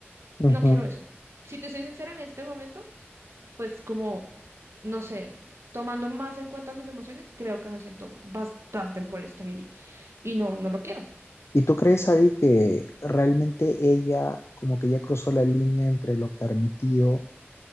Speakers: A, on the left; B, on the right.
A: Ujú.
B: no quiero eso. Si te soy sincera en este momento, pues como, no sé, tomando más en cuenta mis emociones, creo que me siento bastante molesta y, y no, no lo quiero.
A: ¿Y tú crees, Abby, que realmente ella como que ya cruzó la línea entre lo permitido